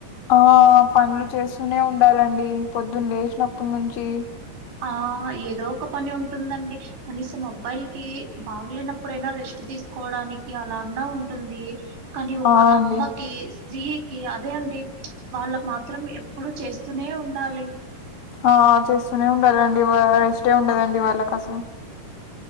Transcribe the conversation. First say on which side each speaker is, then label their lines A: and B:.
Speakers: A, on the left; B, on the right.
A: ఆ పనులు చేస్తూనే ఉండాలండి పొద్దున్న లేచినప్పుడు నుంచి
B: ఆ ఏదో ఒక పని ఉంటుందండి కనీసం అబ్బాయిలకి బాగులేనప్పుడైనా రెస్ట్ తీసుకోవడానికి అలా అన్న ఉంటుంది కానీ ఒక
A: ఆ
B: అమ్మకి
A: అండి
B: స్త్రీకి అదే అండి వాళ్ళకు మాత్రం ఎప్పుడు చేస్తూనే ఉండాలి
A: ఆ చేస్తూనే ఉండాలండి వా రెస్టే ఉండదండి వాళ్ళకి అసలు